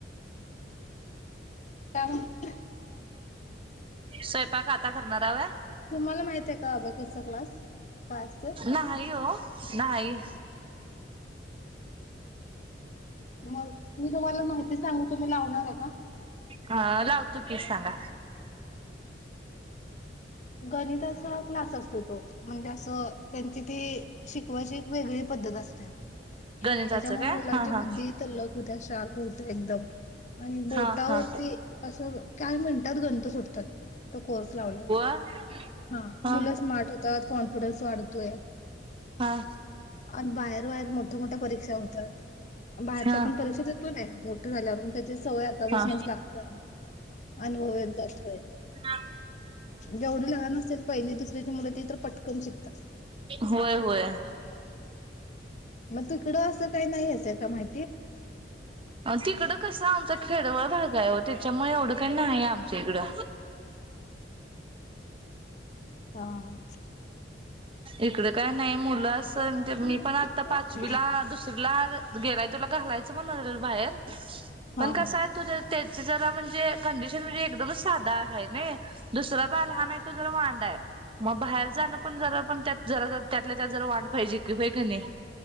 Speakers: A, on the left (about 45°); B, on the right (about 30°).
A: काय मग.
B: स्वयंपाक आता करणार हव?
A: तुम्हाला माहित आहे का अबकस क्लास काय असते?
B: नाही हो नाही.
A: मग मी तुम्हाला माहिती सांगू तुम्ही लावणार आहे का?
B: ह लावतो की सांगा.
A: गणिताचा क्लास असतो तो म्हणजे अस त्यां ते शी शिकवाची एक वेगळी पद्धत असते.
B: गणिताचं
A: त्याच्यामुळे
B: काय
A: मुलांची
B: हा हा
A: बुद्धी तल्लक होत्या शार्प. होत एकदम आणि बोटावरती
B: हा हा
A: असं काय मिनटात गणित सोडतात. तो कोर्स लावल्यावर.
B: <inaudible>
A: हा
B: हा
A: मुलं स्मार्ट होतात कॉन्फिडन्स वाढतोय.
B: हा
A: आणि बाहेर- बाहेर मोठ्या- मोठ्या परीक्षा होतात. बाहेरची
B: हा
A: आपण परीक्षा देतलो ना मोठे झाल्यावर त्याची सवय आता
B: हा
A: बसूनच लागते अनुभव येतात होय.
B: <inaudible>
A: जेवढे लहान असेल, पहिली दुसरीचे मुलं ते तर पटकन शिकतात.
B: होय होय होय
A: मग तिकडं असं काही नाही येतंय का माहिती?
B: तिकडं कस आमचा खेडवळ भाग आहे हो. त्याच्यामुळे एवढं काही नाहीय आमच्या इकडं.
A: हा.
B: इकड काय नाही मुलं
A: हा
B: मी पण आता पाचवीला दुसरीला गेलाचय. काल जायच म्हणत होते बाहेर पण
A: हा
B: कसय. तुझा स्टेजची जरा म्हणजे कंडिशन म्हणजे एकदमच साधा आहे नाय. दुसरा बाल हा नाही. तो जरा वांड हाय. मग बाहेर जाणं पण जरा पण त्या जरा त्यातल्या, त्यात जरा वाट पाहिजे की होय का नाही.